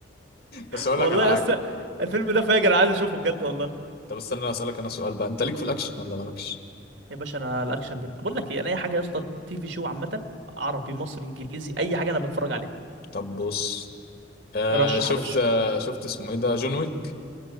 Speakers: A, on the left (about 55°); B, on the right (about 70°).
A: بس أقول
B: والله
A: لك على حاجة
B: يا اسطى الفيلم ده فاجر عايز اشوفه بجد والله
A: طب استنى أسألك أنا سؤال بقى أنت ليك في الأكشن ولا مالكش؟
B: يا باشا انا الاكشن بن... بقول لك ايه انا اي حاجه يا اسطى تي في شو عامه عربي مصري انجليزي اي حاجه انا بتفرج عليها
A: طب بص آه
B: رشح
A: شفت
B: يا باشا
A: آه شفت اسمه إيه ده جون ويك